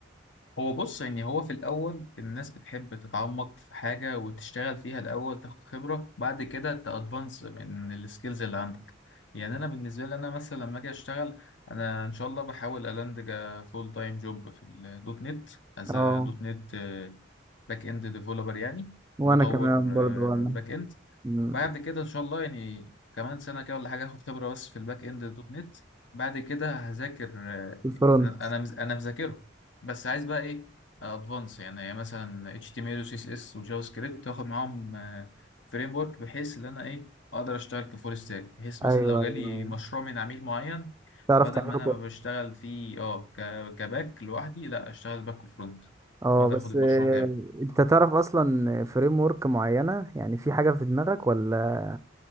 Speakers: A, on the left; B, on the right.
A: هو بص يعني هو في الأول الناس بتحب تتعمق في حاجة وتشتغل فيها الأول تاخد خبرة بعد كده تأدفانس من السكيلز اللي عندك يعني أنا بالنسبة لي أنا مثلا لما أجي أشتغل أنا إن شاء الله بحاول ألاندج فول تايم جوب في الدوت نت أز
B: اه
A: دوت نت باك إند ديفلوبر يعني
B: وانا
A: مطور
B: كمان برضو انا
A: باك إند
B: مم.
A: بعد كده ان شاء الله يعني كمان سنه كده ولا حاجه هاخد خبره بس في الباك اند دوت نت بعد كده هذاكر آه،
B: في الفرونت
A: انا انا مز- انا مذاكره بس عايز بقى ايه ادفانس يعني مثلا اتش تي ام ال وسي اس اس وجافا سكريبت واخد معاهم فريم ورك بحيث ان انا ايه اقدر اشتغل كفول ستاك بحيث مثلا
B: ايوه
A: لو جالي
B: ايوه
A: مشروع من عميل معين
B: تعرف
A: بدل
B: تعمله
A: ما انا ما بشتغل فيه اه ك- كباك لوحدي لا اشتغل باك وفرونت
B: اه
A: اقدر
B: بس
A: اخد المشروع
B: آه،
A: كامل
B: انت تعرف اصلا فريم ورك معينه يعني في حاجه في دماغك ولا